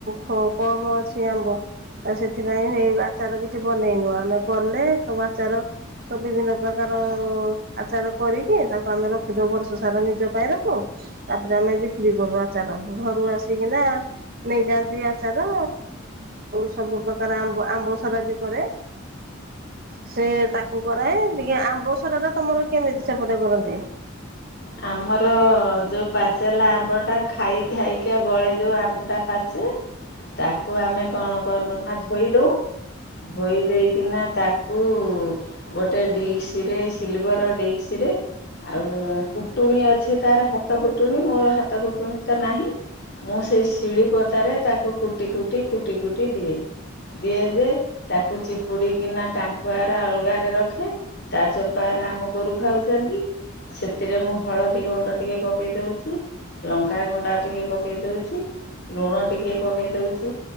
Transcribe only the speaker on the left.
ଆମର ଯେଉଁ ପାଚେଲା ଆମ୍ବଟା ଖାଇ ଖାଇକି ବଳେ। ଯେଉଁ ଆମ୍ବଟା ପାଚେ ତାକୁ ଆମେ କଣ କରୁନା ଧୋଇଦେଉଁ ଧୋଇ ଦେଇକିନା ତାକୁ ଗୋଟେ ଡିିସ୍କ ରେ ସିଲଭର ଡିିସ୍କରେ ଆଉ କୁଟୁଣିୀ ଅଛି, ତାର ହାତ କୁଟୁଣି ମୋର ହାତ କୁଟୁଣିୀ ତ ନାହିଁ, ମୁଁ ସେଇ ଶିଳିପତାରେ ତାକୁ କୁଟି କୁଟି କୁଟି କୁଟି ଦିଏ ଦିଏ ଯେ ତାକୁ ଚିପୁଡ଼ିିକିନା ଟାଙ୍କୁଆରା ଅଲଗାରେ ରଖେ। ତା ଚୋପାଉରା ଆମ ଗୋରୁ ଖାଉଛନ୍ତି ସେ ସେଥିରେ ମୁଁ ହଳଦୀ ଗୁଣ୍ଡ ଟିକିେ ପକେଇ ଦେଉଛି। ଲଙ୍କାଗୁଣ୍ଡ ଟିକିେ ପକେଇ ଦେଉଛି ଲୁଣ ଟିକେ ପକେଇ ଦେଉଛି।